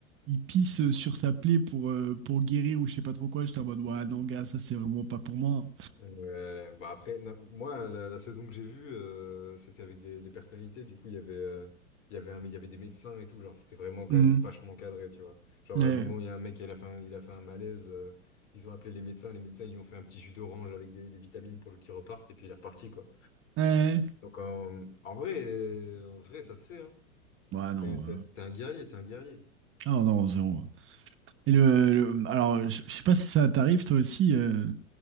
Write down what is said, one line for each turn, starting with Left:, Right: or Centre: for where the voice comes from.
Right: Il pisse sur sa plaie pour, euh, pour guérir ou je sais pas trop quoi. J'étais en mode, ouais, non, gars, ça c'est vraiment pas pour moi.
Left: Euh, bah après, na- moi, la, la saison que j'ai vue, euh, c'était avec des, des personnalités. Du coup, il y avait, euh, il y avait un- il y avait des médecins et tout. Genre, c'était vraiment quand
Right: Hum,
Left: même vachement cadré, tu vois. Genre,
Right: Ouais.
Left: à un moment, il y a un mec, il a fait un, il a fait un malaise. euh, ils ont appelé les médecins. Les médecins, ils lui ont fait un petit jus d'orange avec des, des vitamines pour le qu'il reparte. Et puis, il est reparti, quoi.
Right: Ouais.
Left: Donc, en, en vrai, euh, en vrai, ça se fait, hein.
Right: Ouais, non.
Left: T'es, t'es-
Right: euh,
Left: t'es un guerrier, t'es un guerrier.
Right: Ah non, zéro. Et le, le- alors, je je sais pas si ça t'arrive toi aussi. euh,